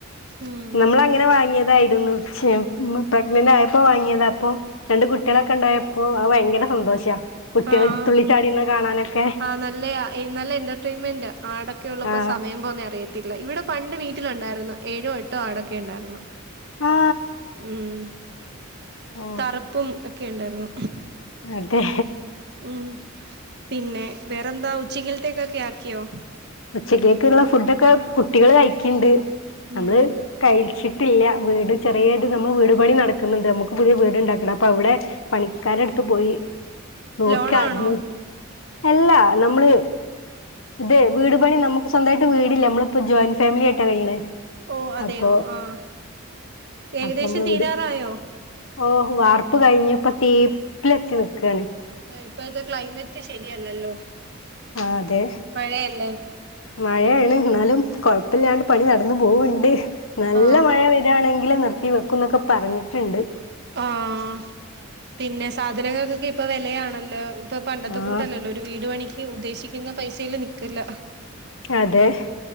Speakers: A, on the right; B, on the left.
A: ഉം
B: നമ്മൾ അങ്ങനെ വാങ്ങിയതായിരുന്നു ശെ ഇമ്മ പ്രഗ്നന്റ് ആയപ്പോ വാങ്ങിയതാ അപ്പൊ രണ്ട് കുട്ട്യാളൊക്കെ ഉണ്ടായപ്പോ അത് ഭയങ്കര സന്തോഷാ കുട്ടികൾ
A: ആഹ്
B: തുള്ളിച്ചാടിന്ന് കാണാനൊക്കെ
A: ആഹ് നല്ലയ ഇന്നല്ല എന്റർടൈൻമെന്റ് ആടൊക്കെ ഉള്ളപ്പോ
B: ആ
A: സമയം പോന്നെ അറിയത്തി ല്ല ഇവിടെ പണ്ട് വീട്ടിലുണ്ടായിരുന്നു ഏഴോ എട്ടോ ആടൊക്കെ ണ്ടായിരുന്നു
B: ആ
A: ഉം
B: ഓ
A: തറുപ്പും ഒക്കെ ണ്ടായിരുന്നു
B: അതെ
A: ഉം പിന്നെ വേറെന്താ ഉച്ചക്കിൽത്തേക്കൊക്കെ ആക്കിയോ
B: ഉച്ചക്കേക്ക്‌ള്ള ഫുഡൊക്കെ കുട്ടികള് കഴിക്ക്ണ്ട് നമ്മള്
A: ഉം
B: കഴിച്ചി ട്ടില്ല വീട് ചെറിയേത് നമ്മൾ വീട് പണി നടക്കുന്നുണ്ട് നമുക്ക് പുതിയ വീടുണ്ടാക്കണം അപ്പൊ അവിടെ പണിക്കാരെടുത്ത് പോയി നോക്കാര്ന്ന്
A: ലോണാണോ
B: അല്ല നമ്മള് ഇത് വീട് പണി നമുക്ക് സ്വന്തായിട്ട് വീടില്ല നമ്മളിപ്പോ ജോയിന്റ് ഫാമിലി ആയിട്ടാ കഴിയിണേ
A: ഓ അതെയോ
B: അപ്പൊ
A: ആഹ് ഏകദേശം
B: അപ്പൊ നമ്മള്
A: തീരാറായോ
B: വിട് ഓഹ് വാർപ്പ് കഴിഞ്ഞു ഇപ്പൊ തേപ്പിലെത്തി നിക്കാണ്
A: ഉം ഇപ്പഴത്തെ ക്ലൈമറ്റ് ശരിയല്ലല്ലോ
B: ആഹ് അതെ
A: മഴയല്ലേ
B: മഴേണ് എന്നാലും കൊഴപ്പില്ലാണ്ട് പണി നടന്ന് പോവ്ണ്ട് നല്ല
A: ആഹ്
B: മഴ പെ യ്യാണെങ്കില് നിർത്തി വെക്കും എന്നൊക്കെ പറഞ്ഞിട്ട്ണ്ട്
A: ആഹ് പിന്നെ സാധനങ്ങക്കൊക്കെ ഇപ്പൊ വെലയാണല്ലോ ഇപ്പൊ പണ്ടത്തെ
B: ആ
A: കൂട്ടല്ലല്ലോ ഒരു വീട് പണിക്ക് ഉദ്ദേശിക്കിന്ന പൈസേല് നിക്കില്ല
B: അതെ